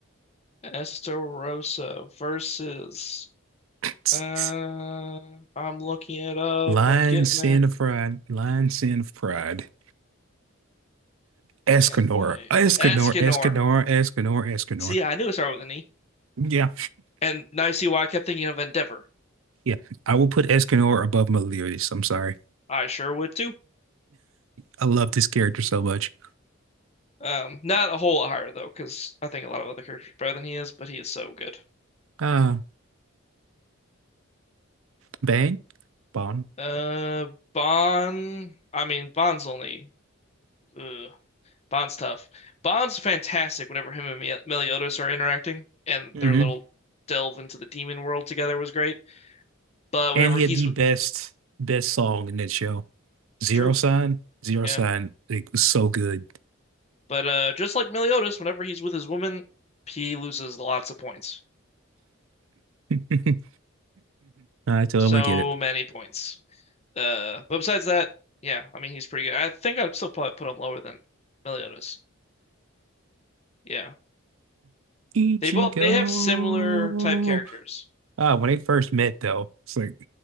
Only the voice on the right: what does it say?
<laughs>
<tsk> Lion
Sin
of Pride. Lion Sin of Pride. Escanor.
Escanor.
Escanor. Escanor. Escanor.
Yeah.
Yeah. I will put Escanor above Meliodas. I'm sorry.
I loved his character so much.
Uh, Bang, Bond.
hmm
And
he
had the
best, best song in that show. Zero
Sign, Zero
Sign. It was so good.
<laughs> I totally
get it.
Ichigo.
Ah, when they first met, though, it's like